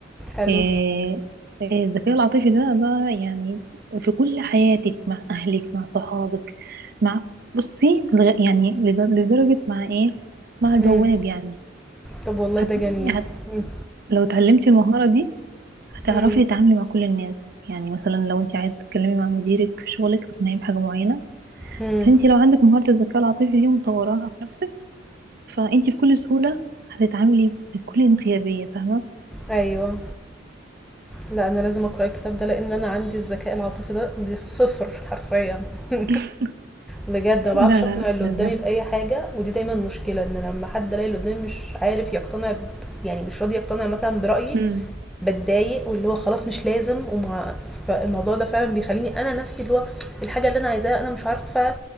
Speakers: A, in the centre; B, on the right (about 50°).
A: حلو.
B: إيه إيه الذكاء العاطفي ده بقى يعني في كل حياتك مع أهلك مع صحابك مع بصي لغ- يعني لد- لدرجة مع إيه مع البواب
A: إمم.
B: يعني
A: طب والله
B: هت...
A: ده جميل.
B: هت...
A: إمم.
B: لو اتعلمتي المهارة دي هتعرفي
A: إمم.
B: تتعاملي مع كل الناس يعني مثلا لو انت عايزة تتكلمي مع مديرك في شغلك تقنعيه بحاجة معينة
A: إمم.
B: فانت لو عندك مهارة الذكاء العاطفي دي ومطوراها في نفسك فانتي بكل سهولة هتتعاملي بكل انسيابية فاهمة
A: أيوه. لأ، أنا لازم أقرأ الكتاب ده لإن أنا عندي الذكاء العاطفي ده زي صفر حرفيًا. <laughs>
B: <laughs>
A: بجد ما
B: لا
A: باعرفش
B: لا لا
A: أقنع اللي
B: لازم
A: قدامي بأي حاجة، ودي دايمًا مشكلة إن لما حد ألاقي اللي قدامي مش عارف يقتنع ب يعني مش راضي يقتنع مثلًا برأيي،
B: امم
A: باتضايق واللي هو خلاص مش لازم وما فالموضوع ده فعلًا بيخلّيني أنا نفسي اللي هو الحاجة اللي أنا عايزاها أنا مش عارفة